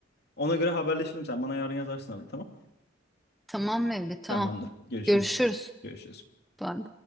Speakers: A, on the left (about 55°); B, in the centre.
A: Ona göre haberleşelim. Sen bana yarın yazarsın abi tamam.
B: Tamam Mevlüt, tamam.
A: Tamamdır. Görüşürüz.
B: Görüşürüz.
A: Görüşürüz.
B: Bye.